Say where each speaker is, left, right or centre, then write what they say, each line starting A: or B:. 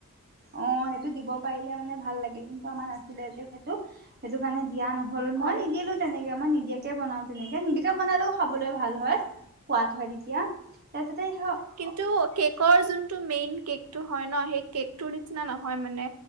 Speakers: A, on the right; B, on the right.
A: অ সেইটো দিব পাৰিলে মানে ভাল লাগে কিন্তু আমাৰ নাছিলে যে সেইটো। সেইটো কাৰণে দিয়া নহ'ল
B: হয়
A: মই নিদিলো তেনেকে। নিদিয়াকে বনাও তেনেকে নিদিয়াকে বনালেও খাবলৈ ভাল হয় সোৱাদ হয় তেতিয়া। তাৰ পিছতে স
B: কিন্তু কেকৰ যোনটো মেইন কেক্‌টো হয় ন, সেই কেকতোৰ নিচিনা নিচি নহয় মানে